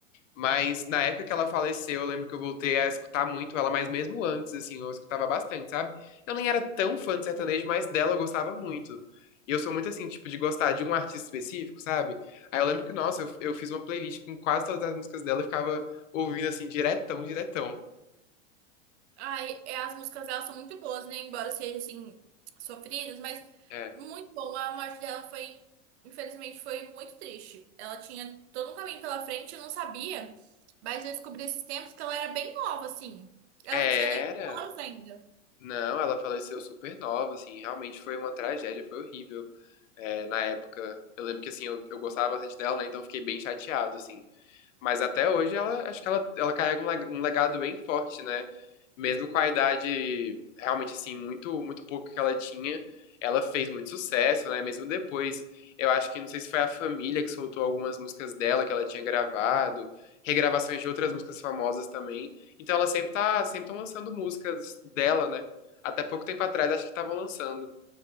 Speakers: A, on the left (about 75°); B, on the right (about 60°).
A: Mas na época que ela faleceu, eu lembro que eu voltei a escutar muito ela, mas mesmo antes, assim, eu escutava bastante, sabe? Eu nem era tão fã de sertanejo, mas dela eu gostava muito. E eu sou muito assim, tipo, de gostar de um artista específico, sabe? Aí eu lembro que, nossa, eu, eu fiz uma playlist com quase todas as músicas dela, eu ficava ouvindo assim, diretão, diretão.
B: Ai, é, as músicas dela são muito boas, né? Embora sejam assim, sofridas, mas
A: É.
B: muito bom. A morte dela foi, infelizmente, foi muito triste. Ela tinha todo um caminho pela frente, eu não sabia, mas eu descobri esses tempos que ela era bem nova, assim. Ela
A: Era.
B: não tinha nem 5 anos ainda.
A: Não, ela faleceu super nova, assim, realmente foi uma tragédia, foi horrível. É, na época, eu lembro que, assim, eu, eu gostava bastante dela, né? Então eu fiquei bem chateado, assim. Mas até hoje ela acho que ela, ela carrega um leg- um legado bem forte, né? Mesmo com a idade realmente assim muito muito pouco que ela tinha, ela fez muito sucesso, né? Mesmo depois, eu acho que não sei se foi a família que soltou algumas músicas dela que ela tinha gravado, regravações de outras músicas famosas também. Então ela sempre tá sempre tão lançando músicas dela, né? Até pouco tempo atrás acho que estavam lançando.